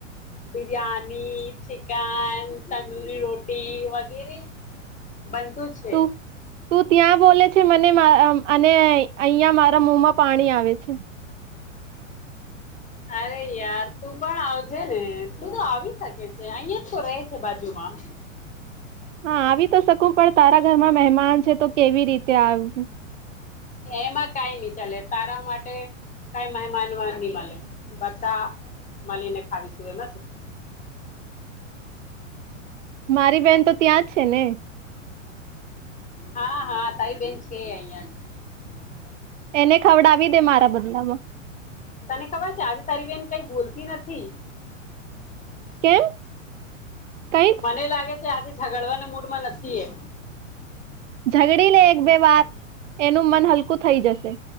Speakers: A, on the left (about 20°); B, on the right (about 65°).
A: બિરયાની, ચિકન, તંદુરી રોટી, વગેરે. બનતું છે.
B: તું તું ત્યાં બોલે છે મને અને અહિયાં મારા મુમાં પાણી આવે છે.
A: અરે યાર તું પણ આવજે ને તું તો આવી શકે છે અહિયાં જ તો ર છે બાજુમાં.
B: હા આવી તો શકું પણ તારા ઘરમાં મહેમાન છે તો કેવી રીતે? આવું
A: એમાં કઈની. ચલે તારા માટે કઈ મહેમાન નહી મળે, બધા મળીને ખાવીશું એમાં શું.
B: મારી બેહેન તો ત્યાં જ છે ને.
A: હા હા તારી બેેન છે અહિયાં જ.
B: એને ખવડાવી દે મારા બદલામાં.
A: તને ખબર છે આજે તારી બેન કઈ બોલતી નથી.
B: કેમ કઈ?
A: મને લાગે આજે ઝગડવાના મૂડમાં નથી એ.
B: ઝગડી લે. બે વાર, એનું મન હલકું થઇ જશે.